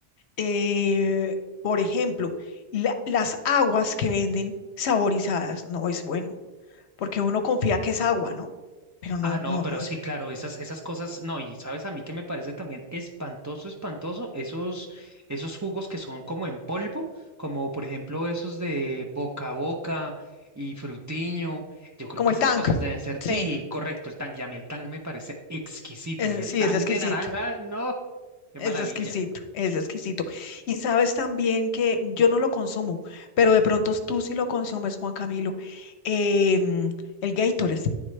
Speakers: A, on the left (about 70°); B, on the right (about 30°).
A: Eh, por ejemplo, la- las aguas que venden saborizadas no es bueno, porque uno confía que es agua, ¿no? Pero no,
B: Ah, no,
A: no,
B: pero
A: no.
B: sí, claro, esas, esas cosas, no, y sabes a mí que me parece también espantoso, espantoso, esos, esos jugos que son como en polvo, como por ejemplo esos de Boca a Boca y Frutiño, yo creo
A: Como
B: que
A: el
B: esas
A: tank.
B: cosas deben ser,
A: Sí,
B: sí, correcto, el tang, y a mí el tang me parece exquisito,
A: es-
B: y el
A: sí,
B: tang
A: es exquisito.
B: de naranja, no, qué
A: Es
B: maravilla.
A: exquisito, es exquisito. Y sabes también que yo no lo consumo, pero de pronto tú sí lo consumes, Juan Camilo. em, el Gatorade,